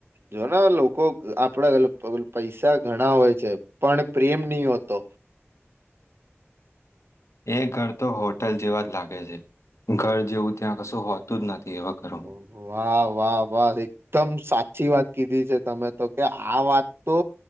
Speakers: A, on the right; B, on the left.
A: જો લોકો આપડા પૈસા ઘણા હોય છે પણ પ્રેમ નહી હોતો
B: એ ઘર તો હોટલ જેવા જ લાગે છે ઘર જેવું ત્યાં કશું હોતું જ નથી એવા ઘરોમાં.
A: ઓહ વાવ વાહ વાહ એકદમ સાચી વાત કીધી છે તમે તો કે આ વાત તો